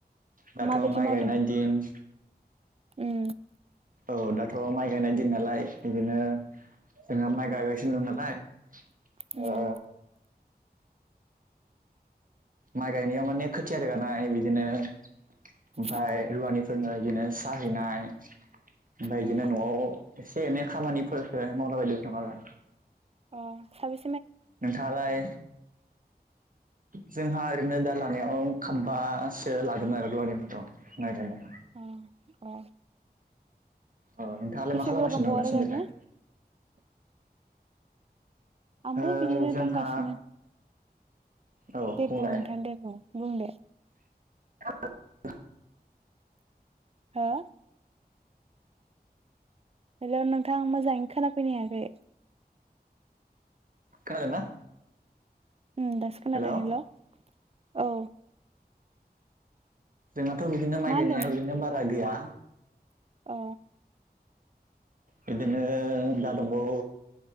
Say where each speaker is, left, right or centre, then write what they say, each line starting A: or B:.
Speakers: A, on the right; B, on the right.
A: दाथ'
B: माबायदि
A: माइ
B: मावदों
A: गायनाय दिन
B: उम
A: औ दाथ' माइ गायनाय दिन नालाय बिदिनो जोंहा माइ गायगासिनो दं नालाय
B: उम
A: ओ माइ गायनायाव माने खोथिया रोगानाय बिदिनो ओमफाय
B: अ
A: रुवानिफोरनो इदिनो सा हैनाय ओमफ्राय
B: उम
A: बिदिनो न'आव एसे एनै खामानिफोरखो मावलाबायदो दं आरो।
B: अ साबै
A: नोंथाङालाय
B: <inaudible>
A: जोंहा ओरैनो दा लानायाव खाम्बासो लागोनमोन आरो रुवानिफोरखौ माय गायनायाव।
B: अ अ
A: औ नोंथाङालाय
B: बेसे
A: मा खालामगासिनो
B: बुरजा दंबावो
A: दं
B: आरो
A: दासिम
B: गायनो
A: देलाय?
B: आंबो
A: ओ
B: बिदिनो
A: जोंहा
B: दंगासिनो।
A: औ
B: दे
A: बुंलाय
B: बुं नोंथां दे बुं बुं दे।
A: <inaudible>
B: हो हेलौ नोंथां मोजाङै खोनाफैनो हायाखै।
A: खोनादोंना?
B: उम दासो खोनादों
A: हेलौ
B: हेल' औ।
A: जोंहाथ' बिदिनो माइ
B: मा होनदोंमोन
A: गायनाय बिदिनो बारा गैया
B: अ
A: बिदिनो दा दंबावो